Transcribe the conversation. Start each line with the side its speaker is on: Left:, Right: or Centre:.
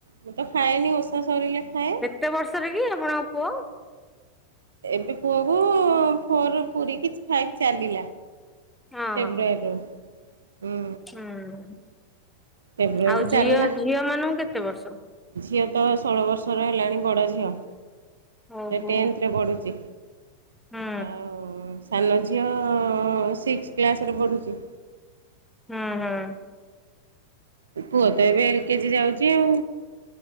Right: ମୁଁ ତ ଖାଏନି ଓଷା ସରିଲେ ଖାଏ।
Centre: କେତେ ବର୍ଷର କି ଆପଣଙ୍କ ପୁଅ?
Right: ଏବେ ପୁଅକୁ ଫୋର୍ ପୁରିକି ଫାଇଭ୍ ଚାଲିଲା।
Centre: ହଁ
Right: ଫେବୃଆରିରୁ
Centre: ହଁ
Right: ହୁଁ।
Centre: ହୁଁ
Right: ଫେବୃଆରୀରୁ
Centre: ଆଉ ଝିଅ-ଝିଅ
Right: ଚାଲିଲା
Centre: ମାନଙ୍କୁ କେତେ ବର୍ଷ?
Right: ଝିଅ ତ ଷୋଳ ବର୍ଷର ହେଲାଣି ବଡ଼ ଝିଅ।
Centre: ଓହୋ
Right: ସେ ଟେନ୍ଥରେ ପଢୁଛି।
Centre: ହୁଁ
Right: ଆଉ ସାନ ଝିଅ ସିକ୍ସ୍ କ୍ଲାସ୍ ରେ ପଢ଼ୁଛି।
Centre: ହୁଁ-ହୁଁ।
Right: ପୁଅ ତ ଏବେ ଏଲ୍ କେ ଜି ଯାଉଚି ଆଉ।